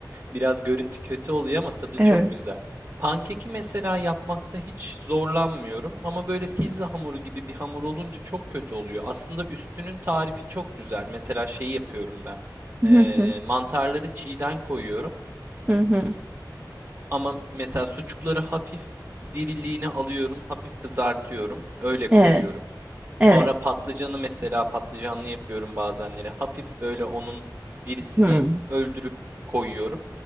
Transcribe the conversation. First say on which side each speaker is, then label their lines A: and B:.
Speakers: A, on the right; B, on the right.
A: biraz görüntü kötü oluyor ama tadı
B: Evet.
A: çok güzel. Pankeki mesela yapmakta hiç zorlanmıyorum ama böyle pizza hamuru gibi bir hamur olunca çok kötü oluyor. Aslında üstünün tarifi çok güzel. Mesela şeyi yapıyorum ben. Eee,
B: Hı hı.
A: mantarları çiğden koyuyorum
B: Hı hı.
A: ama mesela sucukları hafif diriliğini alıyorum, hafif kızartıyorum. Öyle koyuyorum.
B: Evet. Evet.
A: Sonra patlıcanı mesela patlıcanlı yapıyorum bazenleri. Hafif böyle onun dirisini
B: Hı.
A: öldürüp koyuyorum.